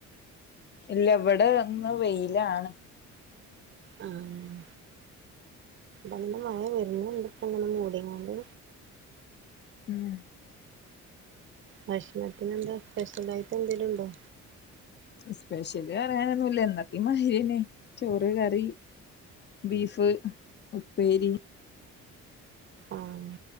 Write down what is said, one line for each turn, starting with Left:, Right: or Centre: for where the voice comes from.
Left: ഇല്ല ഇവടെ ഇന്ന് വെയിലാണ്.
Right: ആഹ് നല്ല മഴ വരുന്നുണ്ട്പ്പോ അങ്ങനെ മൂടീംകൊണ്ട്
Left: ഉം
Right: ഭക്ഷണത്തിനെന്താ സ്പെഷ്യലായിട്ട് എന്തെലും ഉണ്ടോ
Left: സ്പെഷ്യല് പറയാനൊന്നൂല്ല എന്നത്തേം മാതിരിയന്നെ ചോറ് കറി ബീഫ് ഉപ്പേരി
Right: ആഹ്